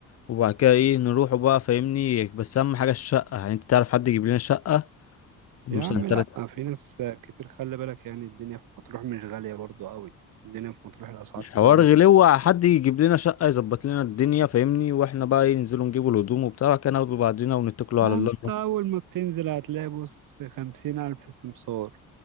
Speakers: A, on the left; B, on the right.
A: وبعد كده ايه نروحوا بقى فاهمني بس أهم حاجة الشقة يعني انت تعرف حد يجيب لنا شقة مثلا
B: يا عم
A: تلات
B: لأ في ناس كتير خلي بالك يعني الدنيا في مطروح مش غالية برضو قوي الدنيا في مطروح الأسعار
A: مش حوار
B: كويس
A: غلوة حد يجيب لنا شقة يظبط لنا الدنيا فاهمني واحنا بقى ايه ننزلوا نجيبوا الهدوم وبتاع كده ناخدوا بعضنا ونتكلوا على
B: أنت
A: الله
B: أول ما بتنزل هتلاقي بص خمسين ألف سمسار